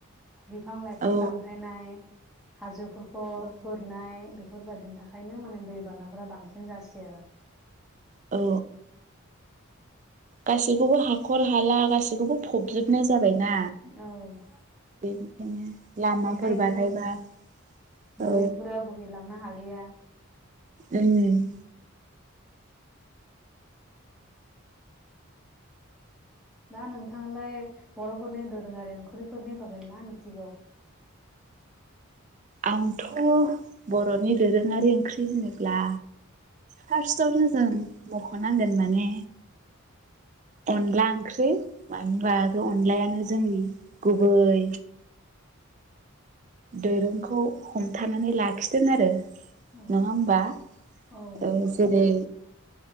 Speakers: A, in the centre; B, on the right.
A: बिफां लाइफां
B: औ
A: दानफायनाय हाजोफोरखौ
B: औ
A: खुनाय बे फोरबायदिनि थाखायनो माने दै बाराफोरा बांसिन जासैयो आरो
B: औ गासैखौबो हाख'र हाला गासैखौबो फ'बजोबनाय जाबायना
A: औ
B: बेनिखायनो लामाफोर
A: बेखायनो
B: बानायबा औ
A: दैफोरा बोहैलांनो हालिया
B: ओम
A: दा नोंथाङालाय बर'फोरनि दोरोङारि ओंख्रिफोरनि बागै मा मिथिगौ?
B: आंथ' बर'नि दोरोङारि ओंख्रि होनोब्ला फार्सटावनो जों मख'नांगोन माने अनला ओंख्रि मानो होनबा बे अनलायानो जोंनि गुबै दोरोंखौ हमथानानै लाखिदों आरो
A: औ
B: नङा होमबा
A: औ
B: ओ
A: नंगौ
B: जेरै
A: नोंथां